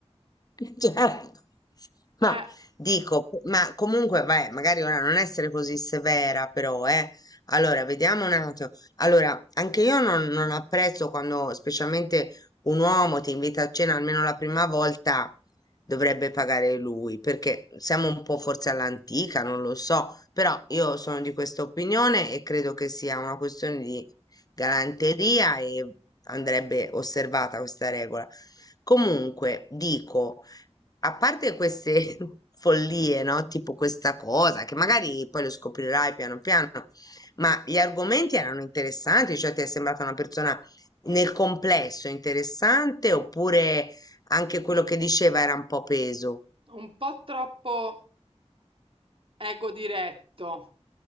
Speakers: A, on the left (about 35°); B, on the right (about 55°).
A: <laughs> Certo. Ma
B: È
A: dico, po- ma comunque, vai, magari ora non essere così severa, però, eh. Allora, vediamo un attimo. Allora, anche io non, non apprezzo quando, specialmente un uomo ti invita a cena almeno la prima volta, dovrebbe pagare lui, perché siamo un po' forse all'antica, non lo so, però io sono di questa opinione e credo che sia una questione di galanteria e andrebbe osservata questa regola. Comunque, dico. A parte queste <laughs> follie, no? Tipo questa cosa, che magari poi lo scoprirai piano piano, ma gli argomenti erano interessanti, cioè ti è sembrata una persona nel complesso interessante, oppure anche quello che diceva era un po' peso?
B: un po' troppo ego diretto.